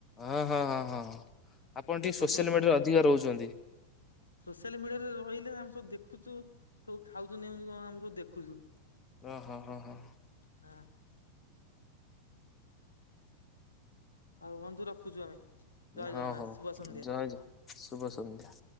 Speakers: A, on the left (about 25°); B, on the left (about 75°).
A: ହଁ ହଁ ହଁ ହଁ ଆପଣ ଟିକେ
B: ସବୁ
A: ସୋସିଆଲ
B: କିଛି ଖାଇବ।
A: ମିଡିଆରେ ଅଧିକ ରହୁଛନ୍ତି।
B: ସୋସିଆଲ ମିଡିଆରେ ରହିଲେ ଆମେ ସବୁ ଦେଖୁଛୁ। ସବୁ ଖାଉୁଚନ୍ତି କେମିତି କଣ ଆମେ ସବୁ ଦେଖୁଛୁ।
A: ଓହୋ ହୋ ହୋ।
B: ନା ଆଉ ବନ୍ଧୁ ରଖୁଛୁ ଆମେ। ଜୟ
A: ହଁ
B: ଜଗନ୍ନାଥ
A: ହଉ
B: ଶୁଭ ସନ୍ଧ୍ୟା।
A: ଜୟ ଜଗ ଶୁଭ ସନ୍ଧ୍ୟା।